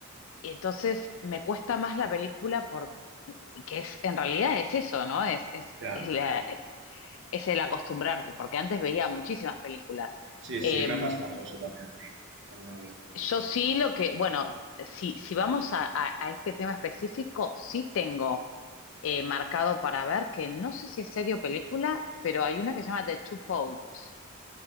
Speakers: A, on the left; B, on the right.
A: y entonces me cuesta más la película por, que es, en realidad es eso, ¿no? Es, es,
B: ya.
A: es, la- es, es el acostumbrarte, porque antes veía muchísimas películas.
B: Sí,
A: Em,
B: sí, me ha pasado eso también a mí alguna vez.
A: Yo sí lo que, bueno, si, si vamos a, a- a este tema específico, sí tengo eh, marcado para ver que no sé si es serie o película, pero hay una que se llama The Two Popes,